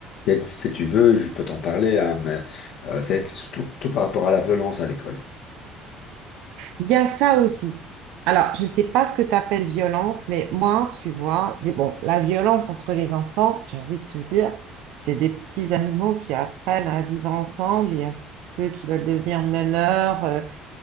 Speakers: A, on the left (about 55°); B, on the right (about 60°).
A: si si tu veux, je peux t'en parler, hein, mais euh, c'est tout, tout par rapport à la violence à l'école.
B: Il y a ça aussi. Alors, je ne sais pas ce que tu appelles violence, mais moi, tu vois, des, bon, la violence entre les enfants, j'ai envie de te dire, c'est des petits animaux qui apprennent à vivre ensemble. Il y a ceux qui veulent devenir meneurs. euh,